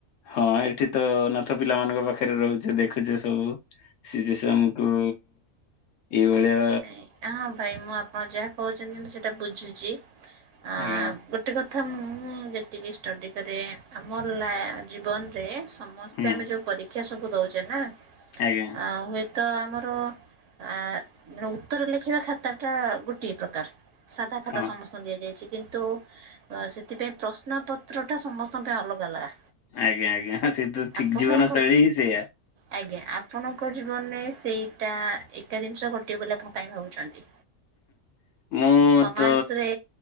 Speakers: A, on the left; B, on the right.
A: ହଁ ଏଠି ତ ଅନାଥ ପିଲା ମାନଙ୍କ ପାଖରେ ରହୁଛି ଦେଖୁଛି ସବୁ। ସିଚୁଏସନକୁ। ଏଇଭଳିଆ।
B: ନାଇଁ ହ ହଁ ଭାଇ ମୁଁ ଆପଣ ଯାହା କହୁଛନ୍ତି ମୁଁ ସେଇଟା ବୁଝୁଛି ଆଁ
A: ଆଜ୍ଞା
B: ଗୋଟେ କଥା ମୁଁ ଯେତିକି ଷ୍ଟଡି କରେ ଆମ ଲା ଜୀବନରେ ସମସ୍ତେ
A: ହୁଁ
B: ଆମେ ଯୋଉ ପରୀକ୍ଷା ସବୁ ଦଉଚେ ନା।
A: ଆଜ୍ଞା।
B: ଆଉ ହୁଏତ ଆମର ଆ ଉତ୍ତର ଲେଖିବା ଖାତା ଟା ଗୋଟିଏ ପ୍ରକାର ସାଧା ଖାତା
A: ହଁ।
B: ସମସ୍ତେ ଦିଆଯାଇଛି କିନ୍ତୁ ଅ ସେଥିପାଇଁ ପ୍ରଶ୍ନ ପତ୍ର ଟା ସମସ୍ତଙ୍କ ପାଇଁ ଅଲଗା ଅଲଗା।
A: ଆଜ୍ଞା ଆଜ୍ଞା ସେ ତ ଠିକ
B: ଆପଣଙ୍କ
A: ଜୀବନ ଶୈଳୀ ହି ସେୟା।
B: ଆଜ୍ଞା ଆପଣଙ୍କ ଜୀବନରେ ସେଇଟା ଏକା ଜିନିଷ ଘଟିବ ବୋଲି ଆପଣ କାହିଁ ଭାବୁଛନ୍ତି?
A: ମୁଁ
B: ସମାଜରେ
A: ତ